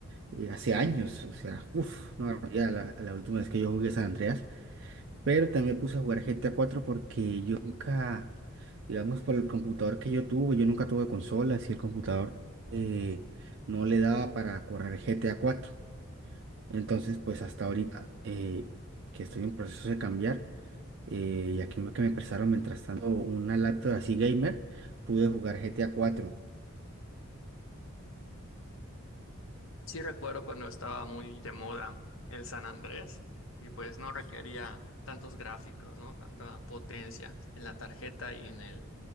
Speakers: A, on the right; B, on the left.
A: eh, hace años, o sea, uff, no, ya la, la última vez que yo jugué San Andreas. Pero también me puse a jugar GTA cuatro porque yo nunca, digamos, por el computador que yo tuve, yo nunca tuve consola, y el computador eh, no le daba para correr GTA cuatro Entonces, pues hasta ahorita eh, que estoy en proceso de cambiar, eh, y aquí que me prestaron mientras tanto una laptop así gamer, pude jugar GTA cuatro
B: Sí recuerdo cuando estaba muy de moda el San Andrés y pues no requería tantos gráficos, ¿no? Tanta potencia en la tarjeta y en el